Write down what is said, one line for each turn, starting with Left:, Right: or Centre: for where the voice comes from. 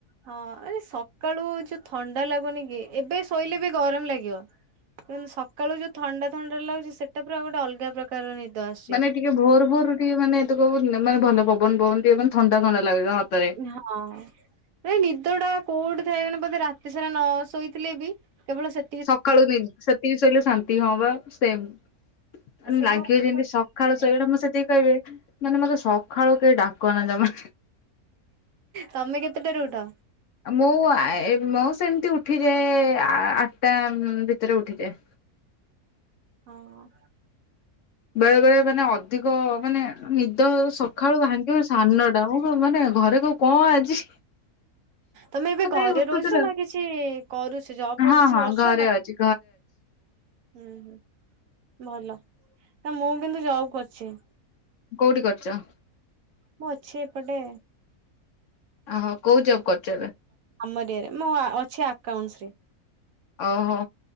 Right: ହଁ ସକାଳୁ ଯୋଉ ଥଣ୍ଡା ଲାଗୁନି କି ଏବେ ଶୋଇଲେ ବି ଗରମ ଲାଗିବ। କିନ୍ତୁ ସକାଳୁ ଯୋଉ ଥଣ୍ଡା ଥଣ୍ଡା ଲାଗୁଛି ସେଟା ପୁରା ଅଲଗା ଗୋଟେ ଅଲଗା ପ୍ରକାର। କାରଣ ନିଦଆସୁଛି।
Left: ମାନେ ଟିକେ ଭୋର ଭୋରରୁ ଟିକେ ମାନେ ଏ ମାନେ ଭଲ ପବନ ପବନ ଟିକେ ମାନେ ଥଣ୍ଡା ଥଣ୍ଡା ଲାଗୁଛି ସତରେ।
Right: ହଁ। ଏଇ ନିଦ ଟା କୋଉଠି ଥାଏ ବୋଧେ ରାତି ସାରା ନ ଶୋଇଥିଲେ ବି କେବଳ ସେ।
Left: ସକାଳୁ ନିଦ ସେତିକି ଶୋଇଲେ ଶାନ୍ତି ହଁ ପା ସେମ୍। ଆରେ
Right: ସେ
Left: ଲାଗିବ ଯେମିତି ସକାଳୁ ଶୋଇବାଟା ମୁଁ ସେତିକି କହିବି। ମାନେ ମତେ ସକାଳୁ କେହି ଡାକନା ଜମା।
Right: ତମେ କେତେଟାରୁ ଉଠ।
Left: ମୁଁଆ ଏ ମୁଁ ସେମିତି ଉଠିଯାଏ ଆଠଟା ଭିତରେ ଉଠିଯାଏ।
Right: ଓହୋ।
Left: ବେଳେ ବେଳେ ମାନେ ଅଧିକ ମାନେ ନିଦ ସକାଳୁ ଭାଙ୍ଗି। ସାନଟା ମୁଁ କହେ ମାନେ ଘରେ କୋଉ କଣ ଆଜି।
Right: ତମେ ଏବେ
Left: ଆଉ
Right: ଘରେ
Left: କାଇଁ ଉଠୁଥିଲ
Right: ରହୁଛ ନା କିଛି କରୁଛ ଜବ୍ ଫବ୍
Left: ହଁ
Right: କିଛି
Left: ହଁ
Right: କରୁଛ ନା।
Left: ଘରେ ଅଛି।
Right: ହୁଁ ହୁଁ ଭଲ ମୁଁ କିନ୍ତୁ ଜବ୍ କରିଛି।
Left: କୋଉଠି କରଛ।
Right: ମୁଁ ଅଛି ଏପଟେ।
Left: ଓହୋ କୋଉ ଜବ୍ କରୁଛ ଏବେ।
Right: ଆମର ଅରିୟା ରେ ମୁଁ ଅଛି ଆକାଉଣ୍ଟ ରେ।
Left: ଓହୋ